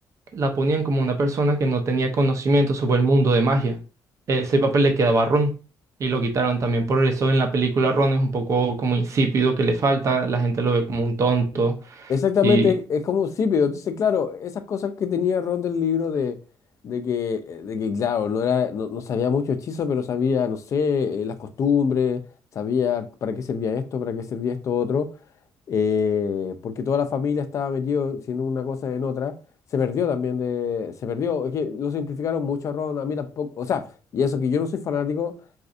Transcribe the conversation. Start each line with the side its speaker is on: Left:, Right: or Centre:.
Right: la ponían como una persona que no tenía conocimiento sobre el mundo de magia. Ese papel le quedaba a Ron y lo quitaron también. Por eso en la película Ron es un poco como insípido, que le falta, la gente lo ve como un tonto
Left: Exactamente,
Right: y
Left: es, es como sí, pero entonces, claro, esas cosas que tenía Ron del libro de, de que, eh, de que, claro, no era, no, no sabía mucho hechizo, pero sabía, no sé, eh, las costumbres, sabía para qué servía esto, para qué servía esto otro. eh, porque toda la familia estaba metido, si en una cosa, en otra. Se perdió también de, se perdió, es que lo simplificaron mucho a Ron, a mí tampoco, o sea, y eso que yo no soy fanático,